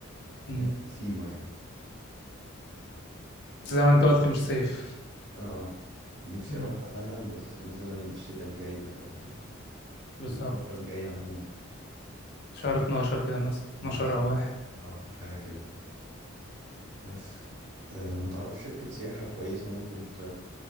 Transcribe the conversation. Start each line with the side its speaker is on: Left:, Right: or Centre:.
Left: امم
Right: آه، سيوة يعني
Left: بس زي ما انت قلت مش صيف
Right: اه نفسي
Left: امم
Right: أروحها فعلا بس مثلا الشتاء الجاي أو
Left: بالظبط
Right: الفترة الجاية عموما
Left: شهر 12 كده مثلا 12
Right: مثلا
Left: او واحد
Right: اه حاجة كده بس آه، ما تعرف شركة سياحة كويسة ممكن ت...